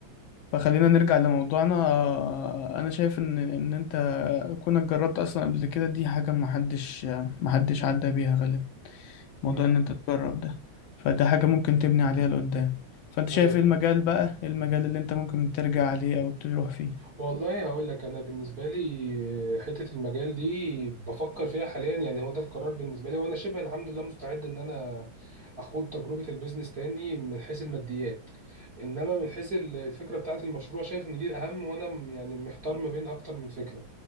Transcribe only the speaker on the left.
فخلينا نرجع لموضوعنا أنا شايف إن إن أنت كونك جربت أصلا قبل كده دي حاجة محدش محدش عدى بيها غالبا موضوع
ان انت تجرب ده فده حاجة ممكن تبني عليها لقدام فانت شايف
ايه
المجال بقى إيه المجال اللي انت ممكن ترجع عليه او تروح فيه